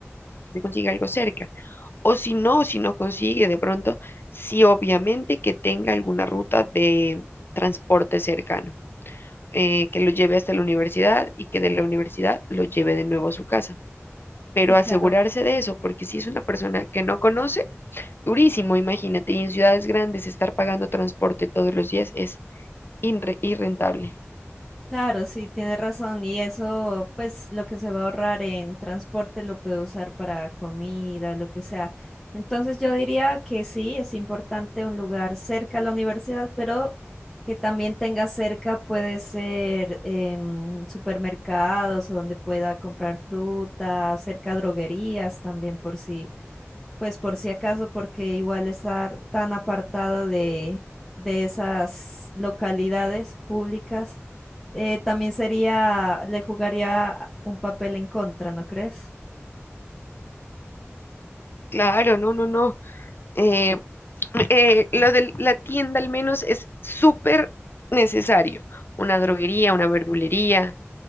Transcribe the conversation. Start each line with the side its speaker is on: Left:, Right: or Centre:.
Left: se consiga algo cerca. O si no, si no consigue de pronto, sí, obviamente que tenga alguna ruta de transporte cercano, eh, que lo lleve hasta la universidad y que de la universidad lo lleve de nuevo a su casa. Pero
Centre: Sí, claro.
Left: asegurarse de eso, porque si es una persona que no conoce, durísimo, imagínate, y en ciudades grandes estar pagando transporte todos los días es inre- irrentable.
Centre: Claro, sí, tiene razón. Y eso, pues lo que se va a ahorrar en transporte lo puede usar para comida o lo que sea. Entonces yo diría que sí, es importante un lugar cerca a la universidad, pero que también tenga cerca puede ser em, supermercados o donde pueda comprar fruta, cerca droguerías también por si, pues por si acaso, porque igual estar tan apartado de, de esas localidades públicas eh, también sería, le jugaría un papel en contra, ¿no crees?
Left: Claro, no, no, no. Eh, <clears throat> eh, lo de la tienda al menos es súper necesario. Una droguería, una verdulería.